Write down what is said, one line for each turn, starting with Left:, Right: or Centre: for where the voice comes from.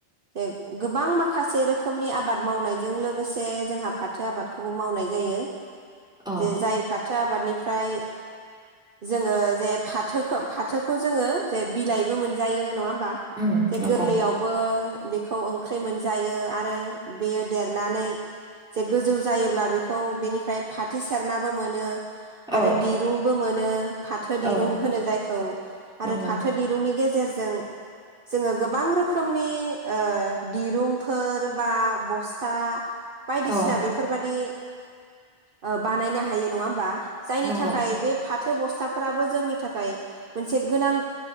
Right: जे गोबां माखासे रोखोमनि आबाद मावनायजों लोगोसे जोंहा फाथो आबादखौबो मावनाय जायो।
Centre: औ
Right: जे जाय फाथो आबादनिफ्राय जोङो जे फाथोखौ फाथोखौ जोङो जे बिलाइबो मोनजायो नङा होन बा?
Centre: उम
Right: जे
Centre: नंगौ
Right: गोरलैयावबो बेखौ ओंख्रि मोनजायो आरो बेयो देरनानै जे गोजौ जायोब्ला बेखौ बेनिफ्राय फाथो सेरनाबो मोनो।
Centre: औ
Right: आरो दिरुंबो मोनो। मोनो फाथो दिरुं
Centre: औ
Right: होनो जायखौ आरो
Centre: नंगौ
Right: फाथो दिरुंनि गेजे जेरजों जोङो गोबां रोखोमनि ओ दिरुंफोर बा बस्था बायदिसिना
Centre: औ
Right: बेफोरबादि ओ बानायनो हायो नङा होमबा? जायनि
Centre: नंगौ
Right: थाखाय बे फाथो बस्थाफोराबो जोंनि थाखाय मोनसे गोनां